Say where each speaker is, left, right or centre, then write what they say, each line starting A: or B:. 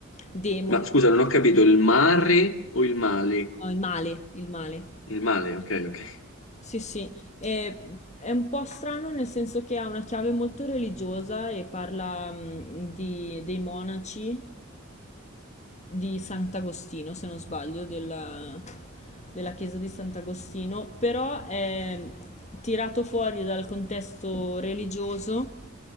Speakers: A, on the left; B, on the left.
A: demoni,
B: Ma scusa, non ho capito, il mare o il male?
A: no, il male, il male.
B: Il male, ok, ok.
A: Sì, sì, è, è un po' strano nel senso che ha una chiave molto religiosa e parla mh, di- dei monaci di Sant'Agostino, se non sbaglio, della, della chiesa di Sant'Agostino, però è tirato fuori dal contesto religioso.